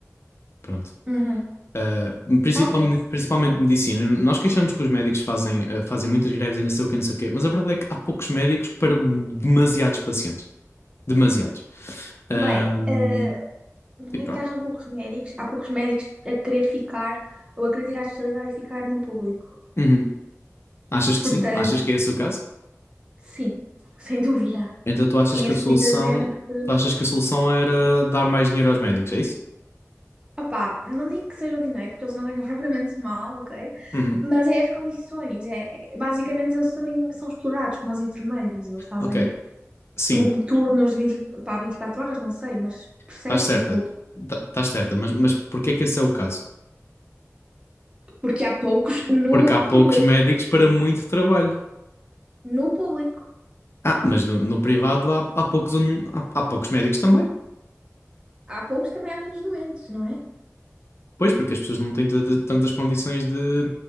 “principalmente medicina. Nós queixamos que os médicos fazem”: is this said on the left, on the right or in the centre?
Left